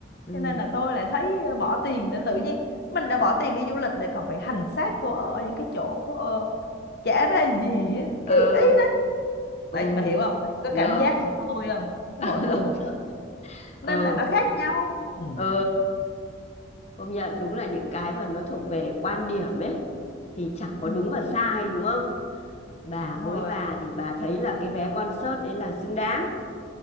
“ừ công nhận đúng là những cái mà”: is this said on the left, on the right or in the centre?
Left